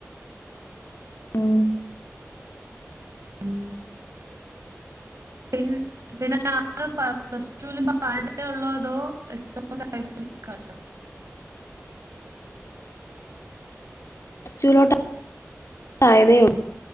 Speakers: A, on the left; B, on the right.
A: ഉം
B: ഉം പിൻ പിന്നെ ആള് പ്ലസ് ടുവില് ഇപ്പൊ ആയതേ ഉള്ളോ അതോ എക്സാം കഴിഞ്ഞ് നിക്കണോ
A: പ്ലസ് ടു ലോട്ട് ഇപ്പൊ ആയതേ ഒള്ളൂ